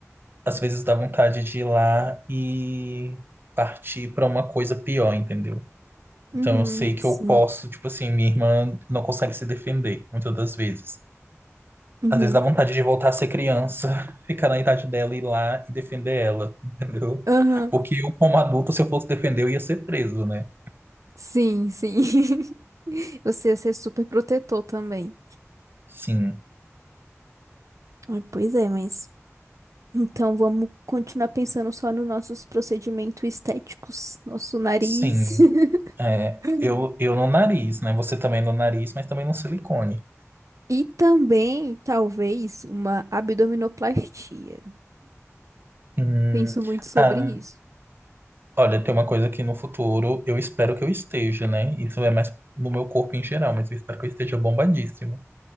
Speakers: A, on the right (about 45°); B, on the right (about 85°).
A: às vezes dá vontade de ir lá e partir para uma coisa pior, entendeu?
B: uhum,
A: Então eu sei que
B: sim.
A: eu posso, tipo assim, minha irmã não consegue se defender muitas das vezes.
B: Uhum,
A: Às vezes dá vontade de voltar a ser criança, <laughs> ficar na idade dela e ir lá e defender ela, <laughs> entendeu?
B: aham,
A: Porque eu, como adulto, se eu fosse defender, eu ia ser preso, né?
B: Sim, sim. <laughs> Você ia ser super protetor também.
A: Sim,
B: Ah, Pois é, mas. Então vamos continuar pensando só nos nossos procedimentos estéticos, nosso nariz.
A: sim. É,
B: <laughs>
A: eu, eu no nariz, né? Você também no nariz, mas também no silicone.
B: E também, talvez, uma abdominoplastia.
A: Hum,
B: Penso muito sobre
A: ah,
B: isso.
A: olha, tem uma coisa que no futuro eu espero que eu esteja, né? Isso é mais no meu corpo em geral, mas eu espero que eu esteja bombadíssimo.